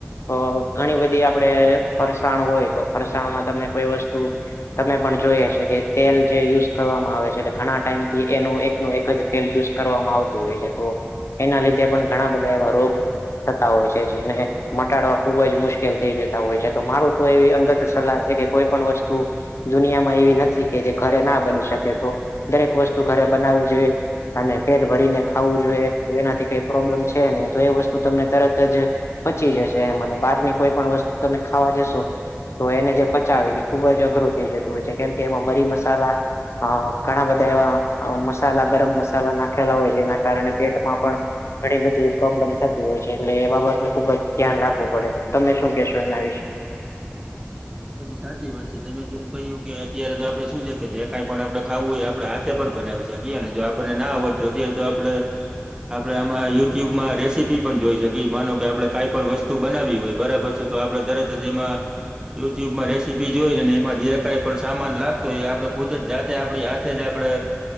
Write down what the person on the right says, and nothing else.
સાચી વાત છે. તમે જેમ કહ્યું કે, અત્યારે તો આપણે શું છે કે જે કંઈ પણ આપણે ખાવું હોય, આપણે હાથ પણ બનાવી શકીએ. અને જો આપણનેના આવડતું અત્યારે તો આપણે આપણે આમાં યુટ્યુબમાં રેસીપી પણ જોઈ શકીએ. માનો કે આપણે કઈ પણ વસ્તુ બનાવી હોય, બરાબર છે. તો આપણે તરત જેમાં યુટ્યુબમાં રેસીપી જોઈને, એમાં જે કંઈ પણ સામાન લાગતો હોય, એ આપણે ખુદ જ જાતે આપણી હાથ જ આપણે